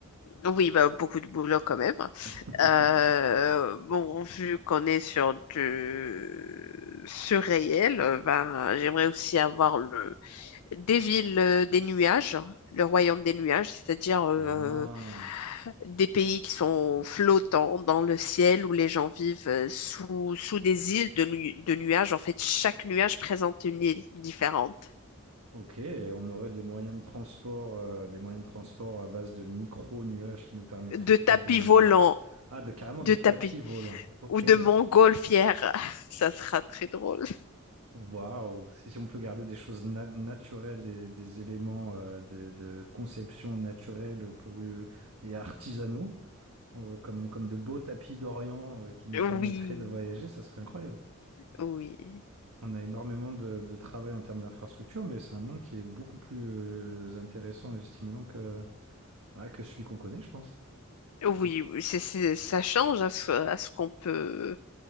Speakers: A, on the left (about 85°); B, on the right (about 80°).
A: Oui, bah, beaucoup de boulot quand même.
B: <laughs>
A: Euh, bon, vu qu'on est sur du surréel, euh, ben, j'aimerais aussi avoir le des villes euh, des nuages, le royaume des nuages, c'est-à-dire euh,
B: Ah.
A: des pays qui sont flottants dans le ciel où les gens vivent euh, sous sous des îles de, nu- de nuages. En fait, chaque nuage présente une île différente.
B: Ok, et on aurait des moyens de transport, euh, des moyens de transport à base de micro-nuages qui nous permettraient
A: De
B: peut-être
A: tapis
B: de...
A: volants,
B: Ah, de carrément
A: de
B: de tapis
A: tapis
B: volants. Ok,
A: ou de montgolfières, <laughs> ça sera très drôle.
B: waouh, si si on peut garder des choses na- naturelles, des, des éléments euh, de, de conception naturelle pour, euh, et artisanaux, euh, comme, comme de beaux tapis d'Orient euh, qui nous
A: Oui,
B: permettraient de voyager, ça serait incroyable.
A: oui,
B: On a énormément de, de travail en termes d'infrastructure, mais c'est un monde qui est beaucoup plus euh, intéressant et stimulant Ah, que celui qu'on connaît, je pense.
A: oui,
B: C'est-
A: oui, c'est, c'est- ça change à ce, à ce qu'on peut.